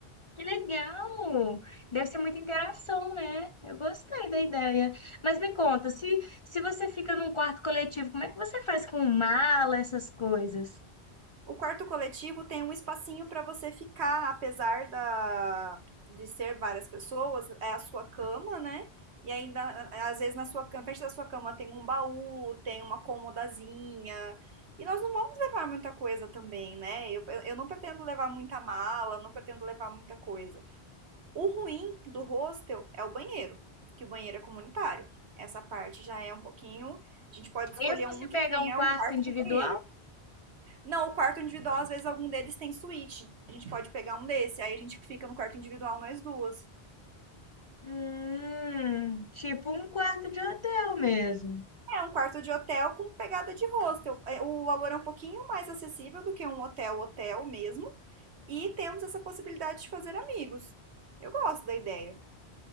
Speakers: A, on the left (about 50°); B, on the right (about 85°).
A: Que legal! Deve ser muita interação, né? Eu gostei da ideia. Mas me conta, se, se você fica num quarto coletivo, como é que você faz com mala, essas coisas?
B: O quarto coletivo tem um espacinho para você ficar, apesar da, de ser várias pessoas, é a sua cama, né? E ainda, às vezes, na sua na frente da sua cama tem um baú, tem uma comodazinha. E nós não vamos levar muita coisa também, né? Eu, eu não pretendo levar muita mala, não pretendo levar muita coisa. O ruim do hostel é o banheiro, que o banheiro é comunitário. Essa parte já é um pouquinho. A gente pode escolher
A: Mesmo
B: um
A: se pegar
B: que tenha
A: um quarto
B: um quarto
A: individual?
B: com banheiro. Não, o quarto individual, às vezes, algum deles tem suíte. A gente pode pegar um desse, aí a gente fica no quarto individual nós duas.
A: Hum, tipo um quarto de hotel mesmo.
B: É um quarto de hotel com pegada de hostel. É, O valor é um pouquinho mais acessível do que um hotel hotel mesmo. E temos essa possibilidade de fazer amigos. Eu gosto da ideia.